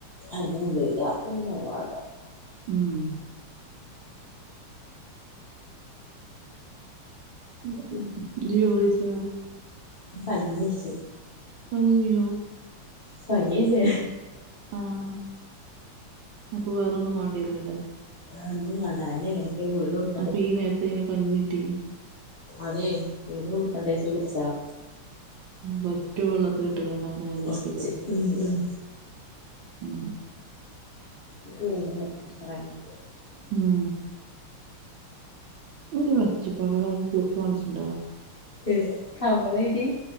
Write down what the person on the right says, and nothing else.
ഉം ഇന്ന്
ചോറ് കഴിച്ചോ
കഞ്ഞിഞോ
ആഹ് അപ്പൊ വേറോന്നും മാണ്ടിയരൂലല്ലേ.
അപ്പൊ ഈ നേരത്ത് എങ്ങനെ കഞ്ഞ്കിട്ടി.
പറ്റ് വെള്ളത്തിൽ ഇട്ട്ങട് അങ്ങനെ കഞ്ഞിയാക്കിയതോ
ഉം
ഉം ഇനിക്ക് വെച്ചപ്പ <unintelligible> കൂർക്കം വലിച്ചിണ്ടാ